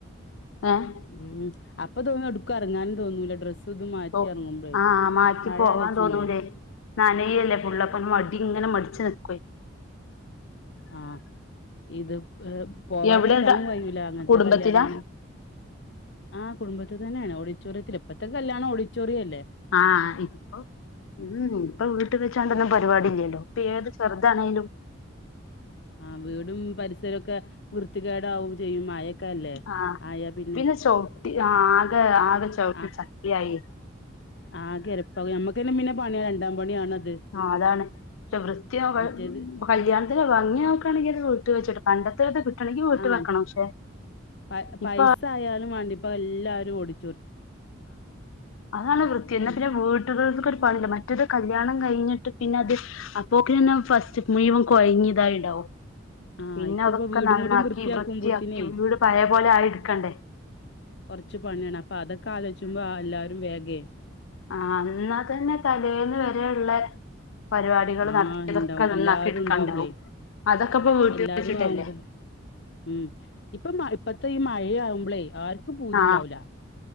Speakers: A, on the left (about 80°); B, on the left (about 60°).
A: ഏഹ്
B: ഉം അപ്പൊ തോനും എടുക്കുറങ്ങാന തോന്നൂല ഡ്രസ് ഇതും മാറ്റി
A: അപ്പൊ
B: എർങ്ങുമ്പളേ
A: ആഹ് മാറ്റി
B: മഴ
A: പോവാൻ
B: ആലോയ്ചുബളേ.
A: തോന്നൂലേ നനയല്ലേ ഫുളളപ്പൊ മടി ഇങ്ങനെ മടിച്ച് നികൊയ്.
B: ആ ഇത്. ഏ പോവാതെക്കാനും
A: എവിടെന്നിട്ട്
B: കയൂല അങ്ങത്തെ
A: കുടുംബത്തിലാ
B: കല്യാണാണ്. ആ കുടുംബത് തന്നെണ് ഓഡിറ്റോറിയത്തില് ഇപ്പത്തെ കല്യാണം ഓഡിറ്റോറിയല്ലെ.
A: ആ ഇപ്പൊ. ഉം ഇപ്പൊ വീട്ട് വെച്ചാണ്ടൊന്നും പരിപാടില്ലല്ലോ ഇപ്പൊ ഏത് ചേറ്താണേലും
B: ആ വീടും പരിസരോക്കെ വൃത്തികേടാവും ചെയ്യും മയക്കെല്ലേ
A: ആഹ്
B: ആയ പിന്
A: പിന്നെ ചൗട്ടി ആ ആകെ ആകെ ചവിട്ടി
B: ആഹ്
A: ചപ്ലിയായി
B: ആകെ എരപ്പാകു ഞമ്മക്കന്നെ പിന്ന പണി രണ്ടാം പണി ണ്
A: ആ അതാണ് പക്ഷെ വൃത്തിയോക
B: മറ്റേത്
A: കല്യാണത്തിന് ഭംഗി നോകാണെങ്കി അത് വീട്ട് വെച്ചിട്ട് <unintelligible> വീട്ടിൽ
B: ആ
A: വെക്കണം പക്ഷെ
B: പ പൈസ
A: ഇപ്പൊ
B: ആയാലും വേണ്ടിപ്പ എല്ലാരും ഓടി
A: ആംഅതാണ് വൃത്തി എന്നാ
B: പൈസ
A: പിന്നെ വീട്ടുകൾക്ക പണ്ട്. മറ്റത് കല്യാണം കയിഞ്ഞിട്ട് പിന്നത് അപ്പോക്ക്ന്നെ ഫസ്റ്റ് മുയുവൻ കൊയഞ് ഇതായിടാവും
B: ആ
A: പിന്നെ
B: അയിക്ക്
A: അതൊക്കെ
B: ഇപ്പ വീടും
A: നന്നാക്കി
B: കൂടി വൃത്തിയാക്കുമ്പോത്തിനേ
A: വൃത്തിയാക്കി വീട് പയേപോലെ ആയെടുക്കണ്ടേ?
B: കൊറച്ച് പണിയണ് അപ്പൊ അതൊക്കെ ആലോചിച്ചുമ്പോ എല്ലാരും വേഗയേ
A: ആ അത് ന്നാതന്നെ തലേന്ന് വരേള്ളെ പരിപാടികൾ
B: ആഹ്
A: നടത്തിയതൊക്കെ
B: ഇണ്ടാവും
A: നന്നാക്കി
B: എല്ലാരും
A: എടുക്കാണ്ടാവും.
B: ഉണ്ടാവുമ്പളേ
A: അതൊക്കെപ്പൊ വീട്ടിൽ
B: എല്ലാരും
A: വെച്ചിട്ടല്ലേ?
B: ആവുമ്പം ഉം. ഇപ്പംമ ഇപ്പത്തെ ഈ മഴയാവുമ്പളേ ആർക്കും പൂതിണ്ടാവൂല.
A: ആഹ്